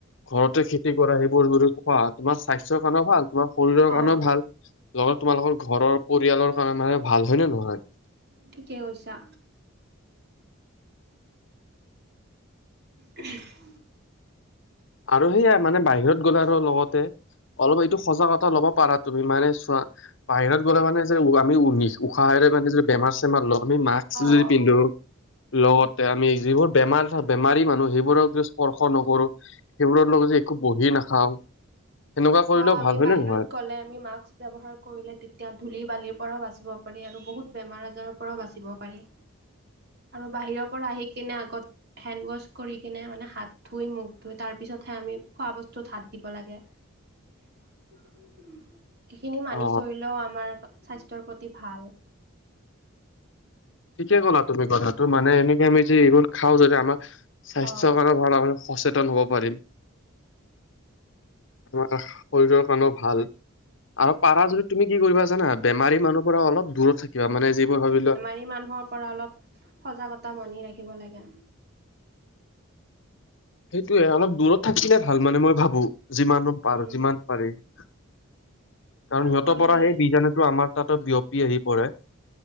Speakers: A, on the left (about 60°); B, on the right (about 50°).
A: ঘৰতে খেতি কি কৰা সেইবোৰ যদি তোমাৰ স্বাস্থ্যৰ কাৰণেও ভাল তোমাৰ শৰীৰৰ কাৰণেও
B: অঁ
A: ভাল লগত তোমালোকৰ ঘৰৰ পৰিয়ালৰ কাৰণে মানে ভাল হয় নে নহয়?
B: ঠিকে কৈছা। <unintelligible>
A: আৰু সেয়াই মানে বাহিৰত গ'লে আৰু লগতে অলপ এইটো সজাগতা ল'ব পাৰা তুমি মানে চোৱা বাহিৰত গ'লে মানে যে আমি উ নিছ উশাহেৰে মানে যদি বেমাৰ চেমাৰ লওঁ আমি মাক্স
B: অঁ
A: যদি পিন্ধো লগতে আমি যিবোৰ বেমাৰ বেমাৰী মানুহ সেইবোৰক স্পৰ্শ নকৰো সেইবোৰৰ লগত যদি একো বহি নাখাওঁ সেনেকুৱা কৰিলেও
B: অ আমি
A: ভাল হয়
B: বাহিৰত
A: নে নহয়
B: গলে আমি মাস্ক ব্যৱহাৰ কৰিলে তেতিয়া ধূলি বালিৰ পৰাও বাচিব পাৰি আৰু বহুত বেমাৰ আজাৰৰ পৰাও বাচিব পাৰি আৰু বাহিৰৰ পৰা আহি কিনে আগত হেণ্ড ৱাছ কৰি কিনে মানে হাত ধুই মুখ ধুই তাৰ পিছতহে আমি খোৱা বস্তুত হাত দিব লাগে <unintelligible> সেইখিনি মানি
A: অ
B: চলিলেও আমাৰ স্বাস্থ্যৰ প্ৰতি ভাল
A: ঠিকে ক'লা তুমি কথাটো মানে এনেকে আমি যে এইবোৰ খাওঁ যদি আমাক স্বাস্থ্যৰ
B: অ'
A: কাৰণে ভাল আমি সচেতন হব পাৰিম আমা কাখ শৰীৰৰ কাৰণেও ভাল আৰু পাৰা যদি তুমি কি কৰিবা জানা বেমাৰী মানুহ পৰা অলপ দূৰত থাকিবা মানে যিবোৰ ভাবি লোৱ
B: সে মানুহক পৰা অলপ সজাগতা মানি ৰাখিব লাগে
A: সেইটোয়ে অলপ দূৰত থাকিলে ভাল মানে মই ভাবো যিমান পাৰো
B: উম,
A: যিমান পাৰি কাৰণ
B: আৰু
A: সিহঁতৰ
B: আমি
A: পৰা সেই বীজাণুটো আমাৰ তাতো বিয়পি আহি পৰে